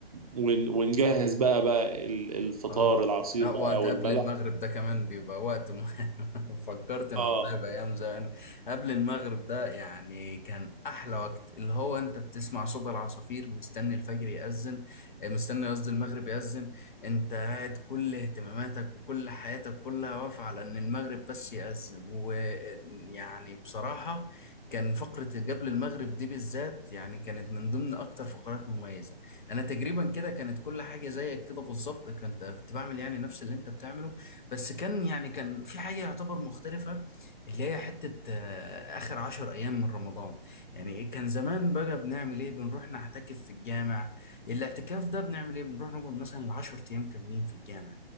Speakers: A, on the right; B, on the left.
A: ون... ونجهز بقى بقى ال- الفطار
B: اه
A: العصير
B: لا
A: بقى
B: وقت
A: والبلح
B: قبل المغرب ده كمان بيبقى وقت م... <laughs> فكرت ان
A: اه
B: والله بايام زمان قبل المغرب ده يعني كان احلى وقت اللي هو انت بتسمع صوت العصافير مستني الفجر يأذن آه، مستني قصدي المغرب يأذن انت قاعد كل اهتماماتك وكل حياتك كلها واقفة على ان المغرب بس يأذن ويعني بصراحة كان فقرة قبل المغرب دي بالذات يعني كانت من ضمن اكتر فقرات مميزة انا تقريبا كده كانت كل حاجه زيك كده بالظبط كنت كنت بعمل يعني نفس اللي انت بتعمله بس كان يعني كان في حاجه يعتبر مختلفه اللي هي حته آه، اخر عشر ايام من رمضان يعني كان زمان بقى بنعمل ايه بنروح نعتكف في الجامع الاعتكاف ده بنعمل ايه بنروح نقعد مثلا 10 ايام كاملين في الجامع